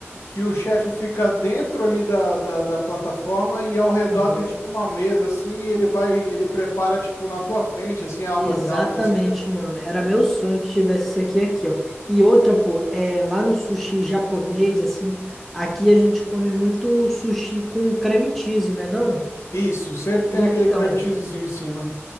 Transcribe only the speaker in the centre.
Aham.
Exatamente,
mano. Era meu sonho que tivesse isso aqui aqui, ó. E outra, pô, é lá no sushi japonês, assim, aqui a gente come muito sushi com creme cheese, né, não?
Então,